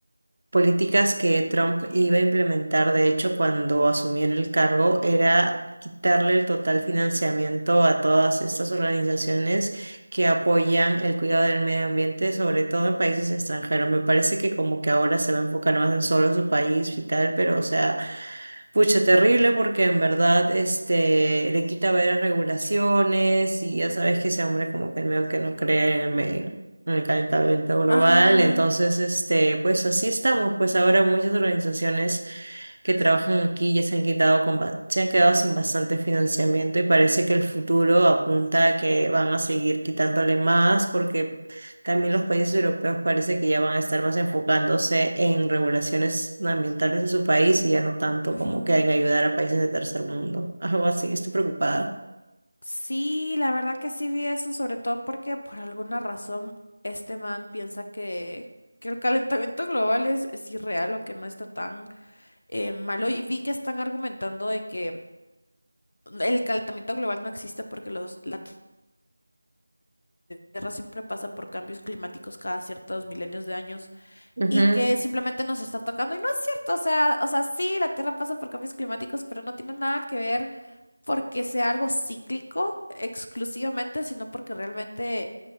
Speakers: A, on the right; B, on the left.
A: políticas que Trump iba a implementar, de hecho, cuando asumió en el cargo, era quitarle el total financiamiento a todas estas organizaciones que apoyan el cuidado del medio ambiente, sobre todo en países extranjeros. Me parece que como que ahora se va a enfocar más en solo su país y tal, pero o sea... Pucha, terrible porque en verdad este le quita varias regulaciones y ya sabes que ese hombre como que medio que no cree en el, me- en el calentamiento global.
B: Ajá,
A: Entonces, este, pues así estamos. Pues ahora muchas organizaciones que trabajan aquí ya se han quitado con ba- se han quedado sin bastante financiamiento y parece que el futuro apunta a que van a seguir quitándole más porque también los países europeos parece que ya van a estar más enfocándose en regulaciones ambientales de su país y ya no tanto
B: ujú.
A: como que en ayudar a países de tercer mundo. <laughs> Algo así, estoy preocupada.
B: Sí, la verdad que sí vi eso, sobre todo porque por alguna razón este man piensa que, que el calentamiento global es, es irreal o que no está tan eh, malo. Y vi que están argumentando de que el calentamiento global no existe porque los, la Tierra siempre pasa por cambios climáticos cada ciertos milenios de años.
A: Ujú,
B: y que simplemente nos está tocando. Y no es cierto, o sea, o sea, sí, la Tierra pasa por cambios climáticos, pero no tiene nada que ver porque sea algo cíclico exclusivamente, sino porque realmente